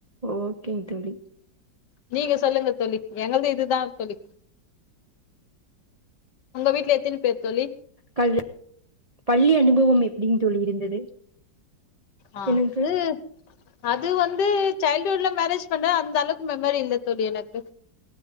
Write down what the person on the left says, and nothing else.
நீங்க சொல்லுங்க தோழி எனது இதுதா தோழி உங்க வீட்ல எத்தனி பேரு தோழி
ஆஹ்
அது
அது வந்து சைல்டுஹுட்ல மேரேஜ் பண்ண அந்த அளவுக்கு மெமரி இல்ல தோழி எனக்கு